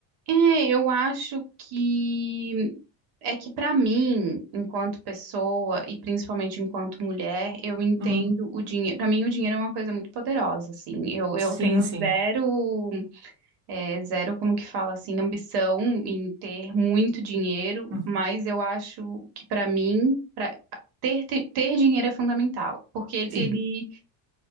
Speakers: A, on the right; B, on the right.
A: É, eu acho que é que pra mim, enquanto pessoa e principalmente enquanto mulher, eu entendo
B: Uhum.
A: o dinheiro. Pra mim, o dinheiro é uma coisa muito poderosa, assim. Eu, eu
B: Sim,
A: tenho
B: sim.
A: zero É, zero, como que fala assim, ambição em ter muito dinheiro,
B: Uhum.
A: mas eu acho que para mim, pra, ter, ter, ter dinheiro é fundamental, porque ele,
B: Sim,
A: ele-